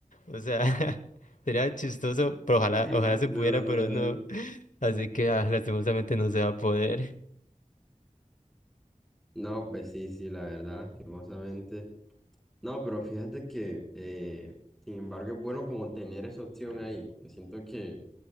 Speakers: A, on the left (about 75°); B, in the centre.
A: O sea, <laughs> sería chistoso, pero ojalá,
B: <laughs>
A: ojalá se
B: No.
A: pudiera, pero no. Así que ah, lastimosamente no se va a poder.
B: No, pues sí, sí, la verdad, lastimosamente. No, pero fíjate que, eh, sin embargo, es bueno como tener esa opción ahí. Yo siento que